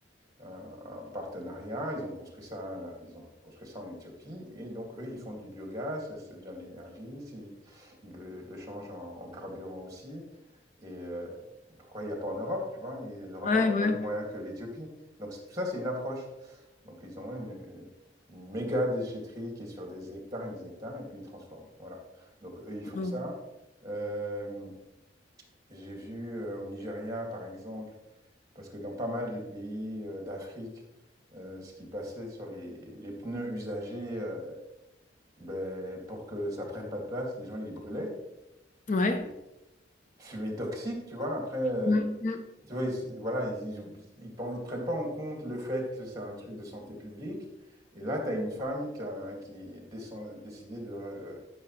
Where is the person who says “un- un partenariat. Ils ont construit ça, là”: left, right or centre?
Right